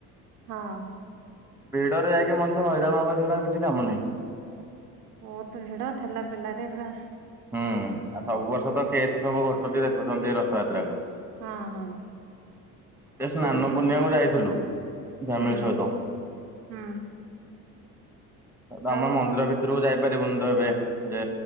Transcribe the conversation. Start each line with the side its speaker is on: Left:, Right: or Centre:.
Right: ହଁ।
Centre: ଭିଡରେ ଯାଇକି ମଣିଷ ହଇରାଣ ହବା ଛଡା ଆଉ କିଛି କାମ ନାହିଁ।
Right: ବହୁତ୍ ଭିଡ ଠେଲା ପେଲାରେ ପୁରା
Centre: ହୁଁ ଆଉ ସବୁ ବର୍ଷ ତ କେସ୍ ସବୁ ଘଟୁଛି ଦେଖୁଛନ୍ତି ରଥଯାତ୍ରାକୁ।
Right: ହଁ ହଁ।
Centre: ସେ ସ୍ନାନ
Right: ଚୋରି
Centre: ପୁର୍ଣ୍ଣିଆକୁ
Right: ହୁଁ
Centre: ଯାଇଥିଲୁ ଫ୍ୟାମିଲି
Right: ହୁଁ
Centre: ସହିତ।
Right: ହୁଁ।
Centre: <unintelligible> ଆମ
Right: ଆଉ
Centre: ମନ୍ଦିର ଭିତରୁକୁ ଯାଇପାରିବୁନି ତ ଏବେ। ଯେ